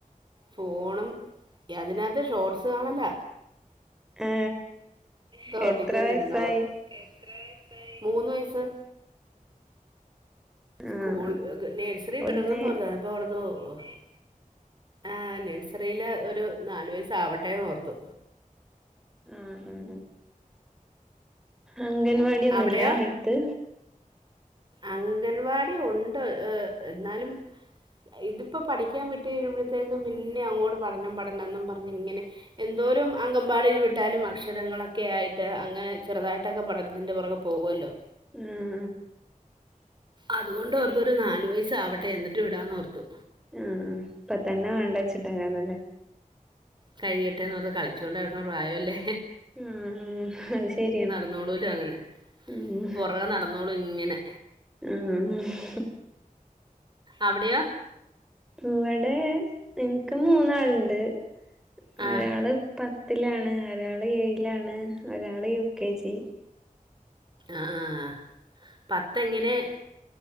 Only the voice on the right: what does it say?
ഫോണും അതിനകത്ത് ഷോർട്സ് കാണല്ല
തോണ്ടിക്കോണ്ടി
ഇന്നോളും എത്ര വയസായി മൂന്ന് വയസ്സ്
സ്കൂൾ
നേഴ്സറി
വിടണംന്ന് പറഞ്ഞ അപ്പൊ ഓർത്തു പിന്നെ ആഹ് നഴ്സറിൽ ഒരു നാലു വയസ്സ് ആവട്ടെന്ന് ഓർത്തു
ആ അവിടെയോ
അംഗൻവാടി ഉണ്ട് എന്നാലും ഇതിപ്പോൾ പഠിക്കാൻ വിട്ട് കഴിയുമ്പോഴത്തേക്കും പിന്നേെ അങ്ങോട്ട് പഠനം പഠനം എന്നും പറഞ്ഞ് ഇങ്ങനെ- എന്തോലും അങ്കമ്പാടിയിൽ വിട്ടാലും അക്ഷരങ്ങളൊക്കെ ആയിട്ട് അങ്ങനെ- ചെറുതായിട്ടൊക്കെ പഠനത്തിന്റെ പൊറകെ പോകുമല്ലോ
അതുകൊണ്ട് ഓർത്തു ഒരു നാല് വയസ് ആവട്ടെ എന്നിട്ട് വിടാന്ന് ഓർത്തു
കഴിയട്ടെ എന്ന് പറഞ്ഞത് കളിച്ചോണ്ട്നടക്കണ പ്രായല്ലേ
നട <unintelligible> ന്നോളൂ ങ്ങനെ
പൊറകെ നടന്നോളുംയിങ്ങനെ
അവിടെയൊ
ആഹ്
ആഹ് ആഹ് പത്ത് എങ്ങനെ-